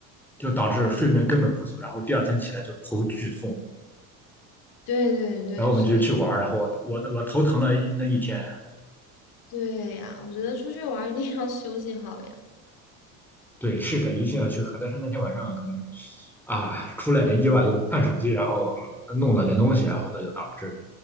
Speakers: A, in the centre; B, on the left.
A: 就导致睡眠根本不足，然后第二天起来就头剧痛，
B: 对对对，
A: 然后我们就去玩儿然后我我我头疼了一那一天，
B: 是的，对呀，我觉得出去玩儿一定要 <laughs> 休息好呀。
A: 对，是的，一定要去喝。但是那天晚上可能啊，出了点意外，就看手机，然后弄了点东西，然后这就导致